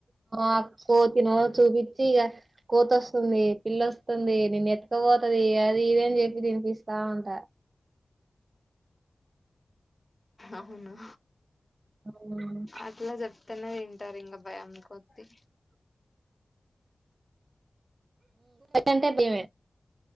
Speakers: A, on the right (about 60°); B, on the left (about 30°).
A: అపో తినో చూపిించ గా కోత వస్తుంది పిల్లొస్తుంది నేను ఎతుకపోతుది అది ఇద అని చెప్పి తినిపిస్తాంట
B: అవునా
A: ఉమ్.
B: అట్లా చెప్తేనే తింటారు ఇంకా భయం కొద్ద్దీ
A: ంటమే